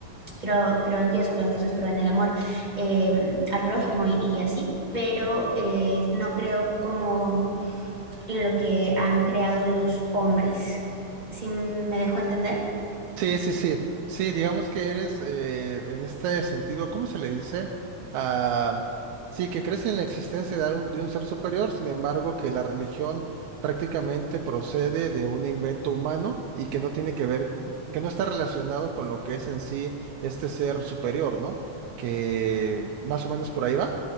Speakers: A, on the right; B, on the right.
A: creo, creo en Dios, creo en Jesús, creo en el amor eh, al prójimo y, y así, pero eh, no creo como en lo que han creado los hombres. ¿Sí me dejo entender?
B: Sí, sí, sí. Sí, digamos que eres eh, en este sentido, ¿cómo se le dice? Ah, sí, que crees en la existencia de algún- de un ser superior, sin embargo, que la religión prácticamente procede de un invento humano y que no tiene que ver, que no está relacionado con lo que es en sí este ser superior, ¿no? Que más o menos por ahí va.